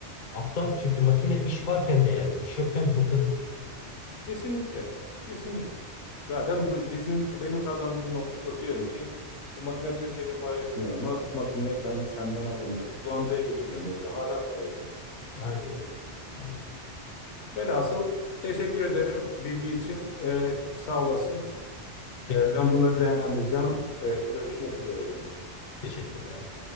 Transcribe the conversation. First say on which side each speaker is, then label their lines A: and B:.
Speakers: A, on the left; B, on the left.
A: aptal. Çünkü makine iş varken değerli. iş yokken hurdadır.
B: Kesinlikle. Kesinlikle. Zaten bu- bizim benim kazandığım noktada diyorum ki bu makine Türkiye'de para etmiyor ama bu makineyi ben senden alınca Uganda'ya götüreceğim. Orada hala para ediyor.
A: Aynen o. Aynen o.
B: Velhasıl teşekkür ederim bilgi için. E, sağ olasın.
A: Peki.
B: E, ben bunları değerlendireceğim. E, görüşmek üzere diyorum.
A: Teşekkürler.